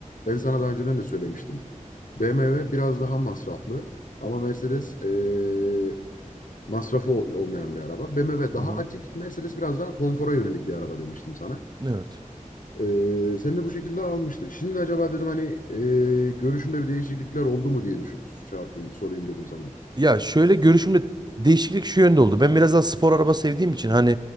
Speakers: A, on the left (about 80°); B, on the right (about 30°).
A: ben sana daha önceden de söylemiştim. BMW biraz daha masraflı ama Mercedes eee Masrafı olmayan bir araba. BMW daha
B: Hı hı.
A: atik, Mercedes biraz daha konfora yönelik bir araba demiştim sana.
B: Evet.
A: Ee, sen de bu şekilde almıştın. Şimdi acaba dedim hani e, görüşünde bir değişiklikler oldu mu diye düşün, şey yaptım, sorayım dedim sana.
B: Ya şöyle görüşümde değişiklik şu yönde oldu. Ben biraz daha spor araba sevdiğim için hani